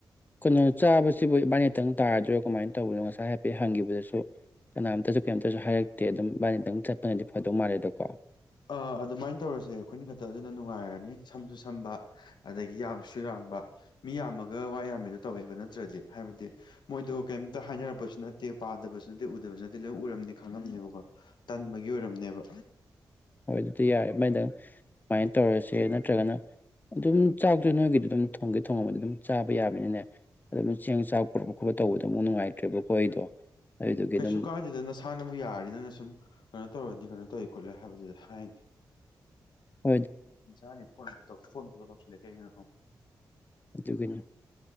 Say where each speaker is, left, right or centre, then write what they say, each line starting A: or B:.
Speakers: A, on the left; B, on the left.
A: ꯀꯩꯅꯣ ꯆꯥꯕꯁꯤꯕꯨ ꯏꯕꯥꯅꯤꯇꯪ ꯇꯥꯔꯗꯣꯏꯔꯣ ꯀꯃꯥꯏꯅ ꯇꯧꯕꯅꯣ ꯉꯁꯥꯏ ꯍꯥꯏꯐꯦꯠ ꯍꯪꯈꯤꯕꯗꯁꯨ ꯀꯅꯥꯝꯇꯁꯨ ꯀꯩꯝꯇꯁꯨ ꯍꯥꯏꯔꯛꯇꯦ ꯑꯗꯨꯝ ꯕꯥꯥꯏꯅꯤꯇꯪ ꯆꯠꯄꯅꯗꯤ ꯐꯗꯧ ꯃꯥꯜꯂꯦꯗꯣ ꯀꯣ
B: ꯑ ꯑꯗꯨꯃꯥꯏꯅ ꯇꯧꯔꯁꯦ ꯑꯩꯈꯣꯏꯅ ꯈꯛꯇ ꯑꯗꯨꯅ ꯅꯨꯡꯉꯥꯏꯔꯅꯤ ꯁꯝꯁꯨ ꯁꯝꯕ ꯑꯗꯒꯤ ꯌꯥꯝꯡꯁꯨ ꯌꯥꯝ ꯃꯤ ꯌꯥꯝꯃꯒ ꯋꯥ ꯌꯥꯝꯃꯤꯗꯣ ꯇꯧꯋꯦꯕ ꯅꯠꯇ꯭ꯔꯗꯤ ꯍꯥꯏꯕꯗꯤ ꯃꯣꯏꯗ ꯀꯩꯝꯇ ꯍꯥꯏꯅꯔꯛꯄꯁꯨ ꯅꯠꯇꯦ ꯄꯥꯗꯕꯁꯨ ꯅꯠꯇꯦ ꯎꯗꯕꯁꯨ ꯅꯠꯇꯦ ꯂꯣꯏ ꯎꯔꯝꯅꯦ ꯈꯪꯉꯝꯅꯦꯕꯀꯣ ꯇꯟꯕꯒꯤ ꯑꯣꯏꯔꯝꯅꯦꯕ
A: ꯍꯣꯏ ꯑꯗꯨꯗꯤ ꯌꯥꯔꯦ ꯃꯩꯗꯪ ꯁꯨꯃꯥꯏꯅ ꯇꯧꯔꯁꯦ ꯅꯠꯇ꯭ꯔꯒꯅ ꯑꯗꯨꯝ ꯆꯥꯛꯇꯣ ꯅꯣꯏꯒꯤꯗꯤ ꯑꯗꯨꯝ ꯊꯣꯡꯒꯦ ꯊꯣꯡꯉꯝꯕꯗꯤ ꯑꯗꯨꯝ ꯆꯥꯕ ꯌꯥꯕꯅꯤꯅꯦ ꯑꯗꯨꯝ ꯆꯦꯡ ꯆꯥꯛ ꯄꯨꯔꯛꯄ ꯈꯣꯠꯄ ꯇꯧꯕꯗ ꯑꯃꯨꯛ ꯅꯨꯡꯉꯥꯏꯇ꯭ꯔꯦꯕꯀꯣ ꯑꯩꯗꯣ ꯑꯗꯨꯗꯨꯒꯤ
B: ꯀꯩꯁꯨ
A: ꯑꯗꯨꯝ
B: ꯀꯥꯏꯗꯦꯗ ꯅꯁꯥꯅꯕꯨ ꯌꯥꯔꯦꯗꯪꯅ ꯁꯨꯝ ꯀꯩꯅꯣ ꯇꯧꯔꯗꯤ ꯀꯩꯅꯣ ꯇꯧꯋ ꯀꯂ ꯍꯥꯏꯕꯁ ꯍꯥꯏꯥꯏ
A: ꯍ
B: ꯌꯥꯅꯤ ꯐꯣꯟ ꯐꯣꯟꯒ ꯇꯁꯤ ꯀꯩꯅꯣ
A: ꯑꯗꯨꯒꯤꯅꯤ